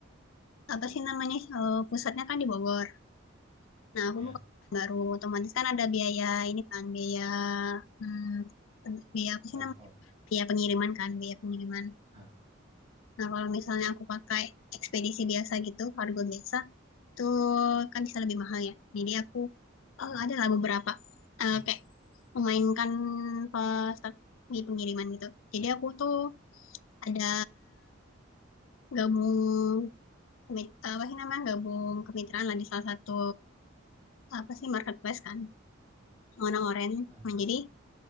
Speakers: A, on the left (about 75°); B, on the right (about 30°).
A: apa sih namanya, eee, pusatnya kan di Bogor. Nah, aku
B: ya
A: buka baru, otomatis kan ada biaya ini kan, biaya, mmm, biaya apa
B: transport
A: sih namanya, biaya pengiriman kan, biaya pengiriman.
B: nah
A: Nah, kalau misalnya aku pakai ekspedisi biasa gitu, kargo biasa, tuh kan bisa lebih mahal ya. Jadi aku,
B: <clears throat>
A: eee, adalah beberapa, eee,
B: Hmm.
A: kayak memainkan pas di pengiriman gitu. Jadi aku tuh ada gabung Kemit apa sih namanya, gabung kemitraan lah di salah satu, apa sih, marketplace kan, warna oranye.
B: nah
A: Nah, jadi,